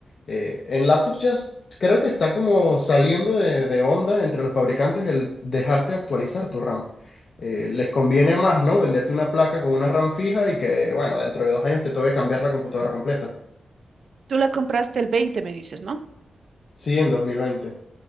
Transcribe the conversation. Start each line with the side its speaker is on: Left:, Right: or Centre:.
Left: Eh, en laptops ya s- creo que está como saliendo de, de onda entre los fabricantes el dejarte actualizar tu RAM. Eh, les conviene más, ¿no? Venderte una placa con una RAM fija y que, bueno, dentro de dos años te toque cambiar la computadora completa.
Right: Tú la compraste el 20, me dices, ¿no?
Left: Sí, en 2020.